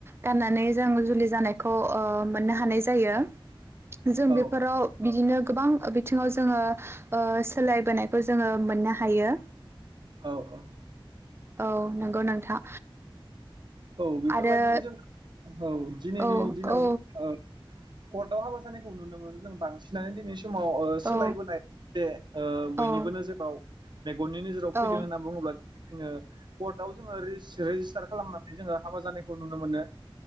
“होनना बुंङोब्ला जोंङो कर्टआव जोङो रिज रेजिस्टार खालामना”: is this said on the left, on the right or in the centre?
Right